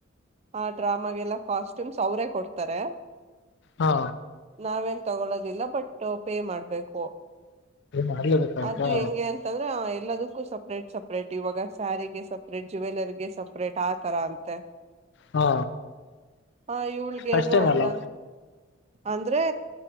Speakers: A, on the right; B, on the left.
A: ಆ ಡ್ರಾಮಾಗೆಲ್ಲಾ ಕಾಸ್ಟ್ಯೂಮ್ಸ್ ಅವ್ರೇ ಕೊಡ್ತಾರೆ
B: ಹಾ.
A: ನಾವೇನ್ ತಗೊಳೋದಿಲ್ಲ ಬಟ್ ಪೇ ಮಾಡ್ಬೇಕು
B: ಮಾಡ್ಲೇಬೇಕಾಯ್ತಾ
A: ಅದು ಹೆಂಗೆ ಅಂತ <unintelligible> ಎಲ್ಲದಕ್ಕೂ ಸಪ್ರೇಟ್ ಸಪ್ರೇಟ್ ಇವಾಗ ಸ್ಯಾರಿಗೆ ಸಪ್ರೇಟ್, ಜುವೆಲರ್ ಗೆ ಸಪ್ರೇಟ್ ಆತರ ಅಂತೆ.
B: ಹಾ
A: ಅ ಇವಳ್ಗೇನು
B: ಫಸ್ಟ್ ಟೈಮ್
A: ಅಂತ
B: ಅಲ್ಲ
A: ಅಂದ್ರೆ